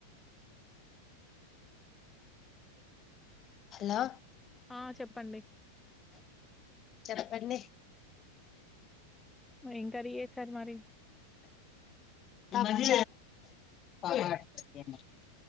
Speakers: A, on the left; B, in the centre.
A: హలో
B: ఆ చెప్పండి
A: చెప్పండి
B: ఇంకాది ఏ సార్ మరి
A: మది కాడ్